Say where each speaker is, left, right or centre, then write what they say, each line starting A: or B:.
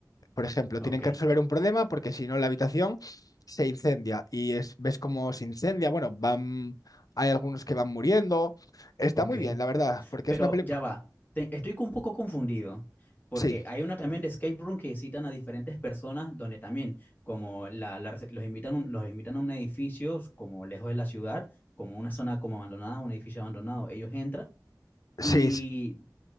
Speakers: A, on the left (about 55°); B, on the left (about 25°).
A: Por ejemplo,
B: ok,
A: tienen que resolver un problema porque si no la habitación se incendia y es, ves cómo se incendia. Bueno, van, hay algunos que van muriendo. Está
B: ok.
A: muy bien, la verdad, porque
B: Pero
A: es una película...
B: ya va, te- estoy un poco confundido, porque
A: Sí,
B: hay una también de escape room que citan a diferentes personas, donde también, como la, la rece- los invitan, a un- los invitan a un edificio, como lejos de la ciudad, como una zona como abandonada, un edificio abandonado, ellos entran.
A: sí,
B: Y
A: s-